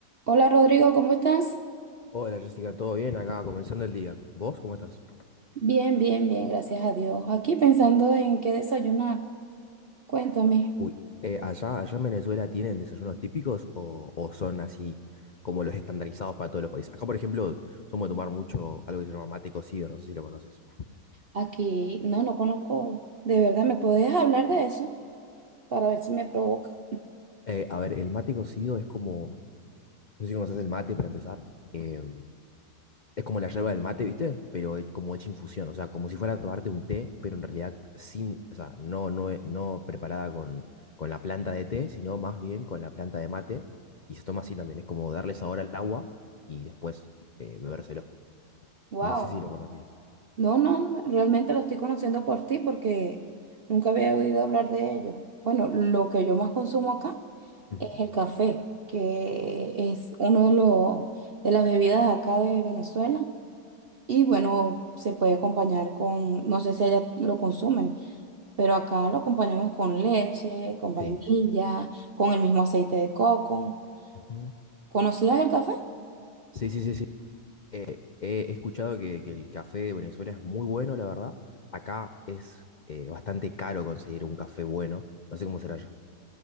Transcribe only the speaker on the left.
Hola Jessica, ¿todo bien? Acá comenzando el día. ¿Vos cómo estás?
Uy, eh, ¿allá, allá en Venezuela tienen desayunos típicos o, o son así como los estandarizados para todos los países? Acá, por ejemplo, somos de tomar mucho algo que se llama mate cocido, no sé si lo conoces.
Eh, a ver, el mate cocido es como, no sé si conoces el mate para empezar. Eh, Es como la yerba del mate, ¿viste? Pero he- como hecha infusión, o sea, como si fuera a tomarte un té, pero en realidad sin, o sea, no, no, e- no preparada con, con la planta de té, sino más bien con la planta de mate. Y se toma así también, es como darle sabor al agua y después eh, bebérselo.
No sé si lo conocías.
Ujú,
Sí, sí.
Ujú.
Sí, sí, sí, sí. Eh, he he escuchado que, que el café de Venezuela es muy bueno, la verdad. Acá es eh, bastante caro conseguir un café bueno. No sé cómo será allá.